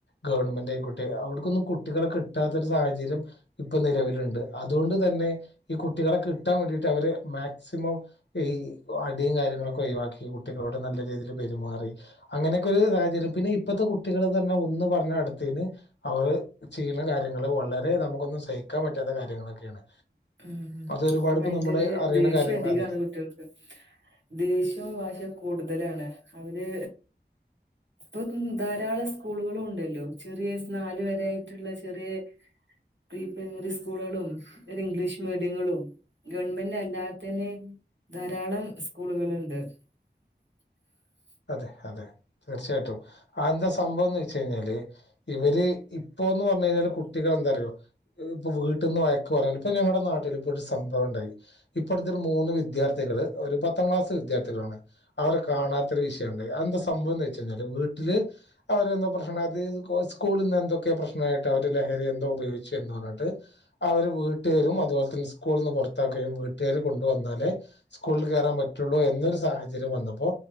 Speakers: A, on the left; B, on the right.
A: ഗവൺമെന്റ് ആയിക്കോട്ടെ അവിടക്കൊന്ന് കുട്ടികളേകി കിട്ടാത്തൊരു സാഹചര്യം ഇപ്പൊ നിലവിലുണ്ട് അതുകൊണ്ട് തന്നെ ഈ കുട്ടികളെെ കിട്ടാൻ വേണ്ടിട്ട് അവര് മാക്സിമംഈ ഈ അടിയും കാര്യങ്ങളൊക്കെ ഒഴിവാക്കി കുട്ടികളോട് നല്ല രീതിൽ പെരുമാറി അങ്ങനെയൊക്കൊ ഒരു സാഹചര്യം പിന്നെ ഇപ്പഴത്തെ കുട്ടികള് തന്നെ ഒന്ന് പറഞ്ഞ അടുത്തേന് അവര്അ ചെയ്യണ കാര്യങ്ങള് വളരെ നമുക്കൊന്നും സഹിക്കാൻ പറ്റാത്ത കാര്യങ്ങളൊക്കെയാണ്
B: ഉഉം
A: അത് ഒരുപാട്
B: ഇപ്പൊ
A: ഇപ്പോ
B: ഭയങ്കര
A: നമ്മള് അറിയണ
B: ദേഷ്യം
A: കാര്യങ്ങളാ
B: അധികാണ് കുട്ടികൾക്ക് ദേഷ്യവും വാശികൂടുതലാണ് അവര് ഇപ്പൊ പി ധാരാളം സ്കൂളുകളും ഉണ്ടല്ലോ ചെറിയ നാല വര ആായിട്ടുള്ള ചെറിയ പ്രീ പ്രൈമറി സ്കൂളുകളും ഇംഗ്ലീഷ് മീഡിയങ്ങളും ഗവൺമെന്റി അല്ലാതെ തന്നെ ധാരാളം സ്കൂളുകള്ണ്ട് <unintelligible>
A: അതെ അതെ തീർച്ചയായിട്ടും അതെന്താ സംഭവം എന്ന് വെച്ച് കഴിഞ്ഞാല് ഇവര് ഇപ്പോ എന്ന് പറഞ്ഞ കഴിഞ്ഞാല് കുട്ടികൾ എന്താറിയോ ഇപ്പൊ വീട്ടിൽന്ന് വയക്ക് പറഞ്ഞ ഇപ്പ ഞങ്ങളുടെ നാട്ടില്ല് ഇപ്പോ ഒരു സംഭവം ഉണ്ടായി ഇപ്പോഴത്തെ ഒരു മൂന്ന് വിദ്യാർത്ഥികള് ഒരു പത്താം ക്ലാസ് വിദ്യാർത്ഥികളാണ് അവരെ കാണാ ഒര് വിഷയഇണ്ടായി അത് എന്താ സംഭവ എന്ന് വെച്ച് കഴിഞ്ഞാല് വീട്ടില് അവരെന്തോ പ്രശ്ണ അത് കോയസ്കൂളിന്ന് എന്തൊക്കെ പ്രശ് യിട്ട് അവര് ലഹരി എന്തോ ഉപയോഗിച്ചു എന്ന് പറഞ്ഞിട്ട് അവര് വീട്ടുകേരും അതുപോലെതന്നെ സ്കൂ സ്കൂളന്ന് പുറത്താക്കുകയുംവീട്ടി കുട്ടേര് കൊണ്ടുവന്നാലേ സ്കൂളിൽ കേയറാൻ പറ്റുള്ളൂ എന്നൊരു സാഹചര്യം വന്നപ്പോ